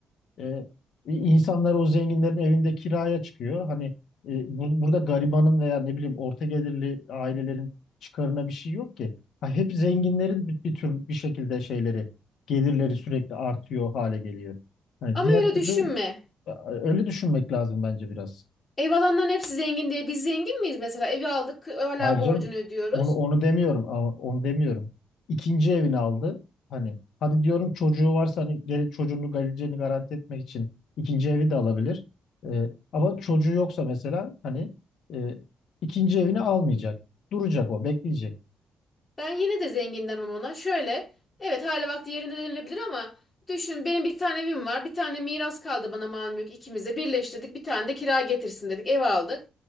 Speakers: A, on the left (about 70°); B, on the left (about 20°).
A: E, insanlar o zenginlerin evinde kiraya çıkıyor. Hani e, bur- burada garibanın veya ne bileyim orta gelirli ailelerin çıkarına bir şey yok ki. Ha, hep zenginlerin bir, bir tür bir şekilde şeyleri gelirleri sürekli artıyor hale geliyor. Hani
B: Ama
A: diğer
B: öyle
A: türlü
B: düşünme.
A: e, öyle düşünmek lazım bence biraz.
B: Ev alanların hepsi zengin diye biz zengin miyiz mesela? Evi aldık hala
A: Hayır
B: borcunu
A: canım
B: ödüyoruz.
A: onu, onu demiyorum ama onu demiyorum. İkinci evini aldı. Hani hadi diyorum çocuğu varsa hani gel, çocuğunu geleceğini garanti etmek için ikinci evi de alabilir. Ee, ama çocuğu yoksa mesela hani e, ikinci evini almayacak. Duracak o bekleyecek.
B: Ben yine de zengin demem ona. Şöyle, evet hali vakti yerinde denilebilir ama düşün benim bir tane evim var. Bir tane miras kaldı bana mal mülk ikimize birleştirdik. Bir tane de kira getirsin dedik. Ev aldık.